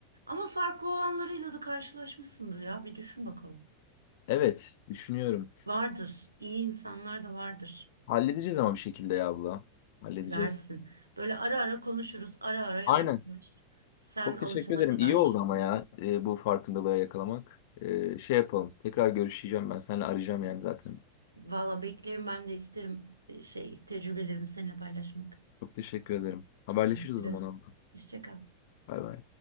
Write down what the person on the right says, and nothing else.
Ama farklı olanlarıyla da karşılaşmışsındır ya. Bir düşün bakalım.
Vardır. İyi insanlar da vardır.
Edersin. Böyle ara ara konuşuruz. Ara ara yavaş
yavaş. Sen
alışana
kadar.
Valla beklerim ben de isterim e, şey tecrübelerimi seninle paylaşmak.
Görüşürüz.
Hoşça kal.